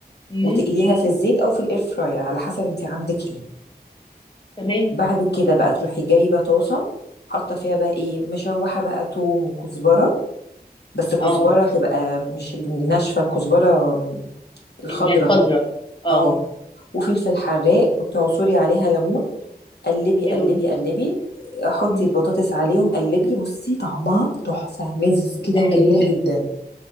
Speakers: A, on the left (about 30°); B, on the left (about 85°).
A: امم
B: وتقليها في الزيت او في الاير فراير على حسب انت عندك ايه
A: تمام
B: بعد كده بقى تروحي جايبه طاسه حاطه فيها بقى ايه مشوحه بقى توم وكزبره بس كزبره
A: اه
B: تبقى مش الناشفه كزبره الخضره
A: اللي هي الخضره اه
B: اه وفلفل حراق وتعصري عليها ليمون قلبي
A: حلو
B: قلبي
A: ده
B: قلبي آه، حطي
A: امم
B: البطاطس عليهم قلبي بصي طعمها تحفة مزز
A: تبقى
B: كده
A: حلوه
B: وجميلة جدا